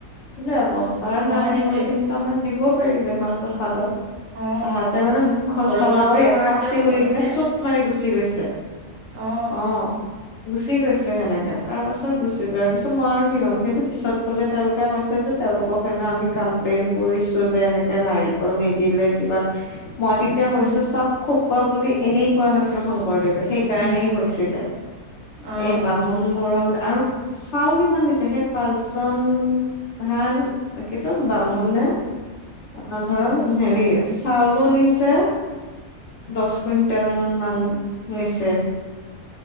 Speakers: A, on the left (about 65°); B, on the right (about 65°).
A: কিন্তু এৱস্তাৰ
B: অ
A: নাৰিকল
B: সেইটোৱে
A: খিন- আমাক দিব পাৰিলে হয় প্ৰসাদত,
B: অ
A: তাহাঁতে মানে মুখন
B: অলপ
A: ক'লা
B: অলপকে
A: কৰি-
B: পৰাকেও
A: এপাচি কৰি
B: চবতকে
A: কিনে চুত মাৰি গুচি গৈছে,
B: অ
A: অহ। গুচি গৈছে সেনেকে তাৰ পাছত গুচি যোৱাৰ পিছত মই আৰু কি কম কিন্তু পিছত বোলে তেওঁলোকে কৈছে যে- তেওঁলোকৰ কাৰণে আমি কমপ্লেইন কৰিছো যে এনেকে নাৰিকল নিদিলে কিবা- মই তেতিয়া
B: উম
A: কৈছো চাওঁক- খোকোৱা বুলি এনেই কোৱা নাছিল শংকৰদেৱে সেইকাৰণেই
B: উম
A: কৈছিলে,
B: অ
A: এই বা ব্ৰাক্ষ্মণ বোৰক আৰু চাউল কিমান দিছে সেই পাঁচজন- ভাল সেইটো ব্ৰাক্ষ্মণ নে- অ ধৰা হেৰি চাউলো নিছে। দহ কুইণ্টেল মান নিচে।